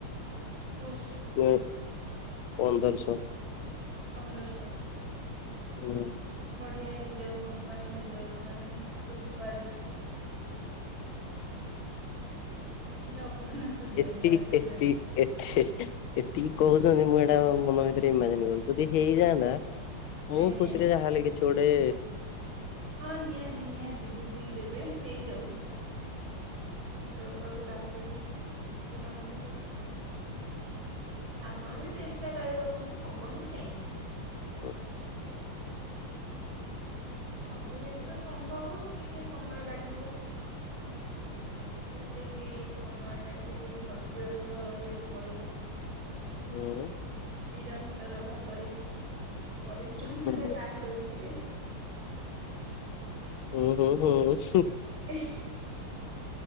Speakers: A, on the right (about 65°); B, on the left (about 75°).
A: ପୋଷ୍ଟ?
B: ପ ପନ୍ଦରଶହ।
A: ପନ୍ଦରଶହ?
B: ହଁ।
A: ବଢ଼ିଆ ହେଇଯାଉ ଭଗବାନଙ୍କ ଦୟ ମାନେ କୃପାରୁ। ଜଘନ୍ନାଥ ଦିଅନ୍ତୁ
B: ଏତିକି
A: ଆଶୀର୍ବାଦ।
B: ଏତିକି ଏତେ ଏତିକି କହୁଛନ୍ତି ମୁଁ ଏଇଟା ମୋ ମନ ଭିତରେ ଇମାଜିନ କରୁଛି ଯଦି ହେଇଯାଆନ୍ତା ମୁଁ
A: ଆଜ୍ଞା।
B: ଖୁସିରେ ଯାହା ହେଲେ କିଛି ଗୋଟେ
A: ହଁ ନିହାତି ନିହାତି ଭୋଜି ଦେବେ ହେଇଯାଉ। ଜଗାକୁ ଡାକୁଛି ଶୁଣନ୍ତୁ। ଆପଣ ବି ଚେଷ୍ଟା ଜାରି ରଖନ୍ତୁ ହବନି କାହିଁକି।
B: ଓ।
A: ସବୁ ଜିନିଷ ସମ୍ଭବ ଟିକେ ସମୟ ଲାଗିବ। ସେତିକି ସମୟ ଯାଙ୍କେ ଟିକେ ଧୈର୍ଯ୍ୟର ସହ ରହିବାକୁ ପଡି଼ବ।
B: ହୁଁ।
A: ନିରନ୍ତର ଭାବରେ ପରିଶ୍ରମ
B: ହୁଁ
A: ଟା ଜାରି ରଖିବେ।
B: ହୁଁ ହୁଁ ହୁଁ ହୁଁ ହୁଁ।
A: ଏଃ